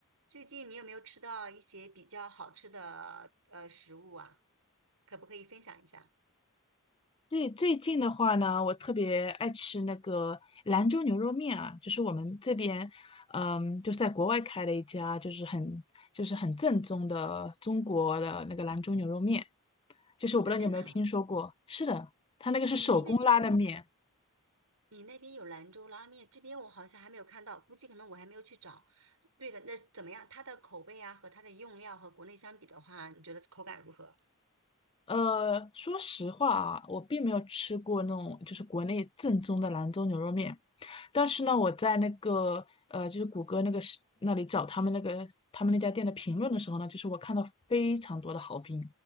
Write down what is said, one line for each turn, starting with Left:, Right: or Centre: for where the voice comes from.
Right: 最近你有没有吃到一些比较好吃的呃食物啊？可不可以分享一下？
Left: 对，最近的话呢，我特别爱吃那个兰州牛肉面啊，就是我们这边，嗯，就是在国外开了一家，就是很就是很正宗的中国的那个兰州牛肉面，就是我不知道你有没有听说过？
Right: 啊，真的啊，
Left: 是的，它那个是手工拉的面。
Right: 你那边去，你那边有兰州拉面，这边我好像还没有看到，估计可能我还没有去找。对的，那怎么样？它的口味啊和它的用料和国内相比的话，你觉得口感如何？
Left: 呃，说实话啊，我并没有吃过那种就是国内正宗的兰州牛肉面，但是呢，我在那个呃，就是谷歌那个是那里找他们那个他们那家店的评论的时候呢，就是我看到非常多的好评，